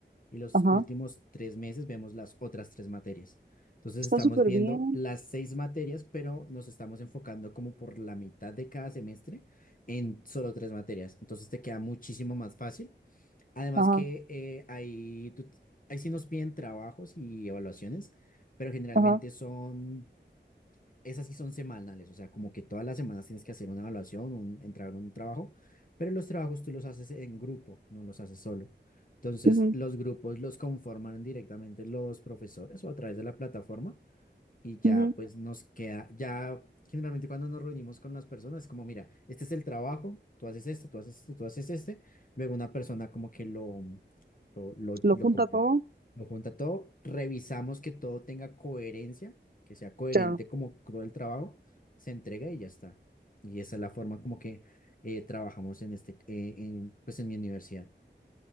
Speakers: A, on the left (about 45°); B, on the right (about 55°).
A: y los
B: ajá.
A: últimos tres meses vemos las otras tres materias. Entonces
B: Está
A: estamos
B: súper
A: viendo
B: bien.
A: las seis materias, pero nos estamos enfocando como por la mitad de cada semestre en solo tres materias. Entonces te queda muchísimo más fácil Además
B: Ajá,
A: que eh, ahí, tú- ahí sí nos piden trabajos y evaluaciones, pero generalmente
B: ajá.
A: son, esas sí son semanales, o sea, como que todas las semanas tienes que hacer una evaluación, un, entrar en un trabajo, pero los trabajos tú los haces en grupo, no los haces solo. Entonces,
B: ujú,
A: los grupos los conforman directamente los profesores o a través de la plataforma y ya
B: ujú.
A: pues nos queda, ya generalmente cuando nos reunimos con las personas, como mira, este es el trabajo, tú haces esto, tú haces esto, tú haces este, luego una persona como que lo, lo, lo,
B: Lo
A: lo,
B: junta
A: como-
B: todo.
A: lo junta todo, revisamos que todo tenga coherencia, que sea coherente
B: Claro.
A: como todo el trabajo, se entrega y ya está. Y esa es la forma como que eh, trabajamos en este, eh, en, pues en mi universidad.